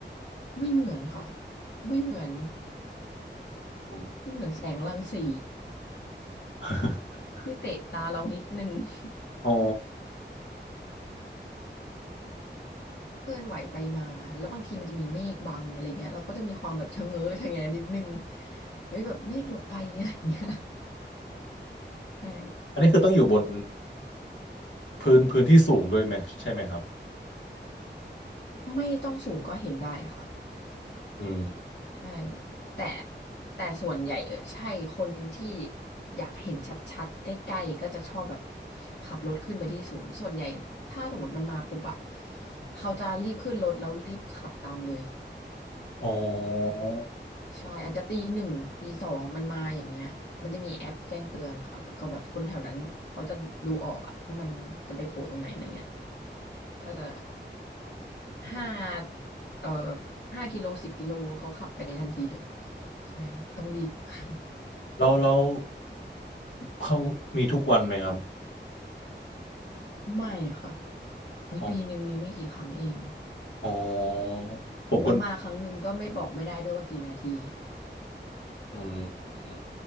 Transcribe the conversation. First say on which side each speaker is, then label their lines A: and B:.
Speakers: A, on the left; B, on the left.
A: ไม่เหมือนค่ะไม่เหมือน
B: อืม
A: มันเหมือนแสงรังสี
B: <laughs>
A: ที่เตะตาเรานิดนึง <laughs>
B: อ๋อ
A: เคลื่อนไหวไปมาแล้วบางทีมันจะมีเมฆบังอะไรเงี้ยเราก็จะมีความแบบชะเง้อชะแงนิดนึงเฮ้ยแบบเมฆหลบไปอะไรเงี้ย <laughs> ใช่
B: อันนี้คือต้องอยู่บนพื้นพื้นที่สูงด้วยไหมใช่ไหมครับ
A: ไม่ต้องสูงก็เห็นได้ค่ะ
B: อืม
A: ใช่แต่แต่ส่วนใหญ่เออใช่คนที่อยากเห็นชัดๆใกล้ๆก็จะชอบแบบขับรถขึ้นไปที่สูงส่วนใหญ่เนี่ยถ้าสมมติมันมาปุ๊บอะเขาจะรีบขึ้นรถแล้วรีบขับตามเลย
B: อ๋อ
A: ใช่อาจจะตีหนึ่งตีสองมันมาอย่างเงี้ยมันจะมีแอปแจ้งเตือนค่ะแล้วก็แบบคนแถวนั้นเขาจะดูออกอะว่ามันจะไปโผล่ตรงไหนอะไรเงี้ยก็จะห้าเอ่อห้ากิโลสิบกิโลเขาขับไปทันทีเลยใช่ต้องรีบ <laughs>
B: แล้วแล้วเขามีทุกวันไหมครับ
A: ไม่ค่ะอุ๊ยปีหนึ่งมีไม่กี่ครั้งเอง
B: อ๋ออ๋อผมก็
A: แล้วมาครั้งหนึ่งก็ไม่บอกไม่ได้ด้วยว่ากี่นาที
B: อืม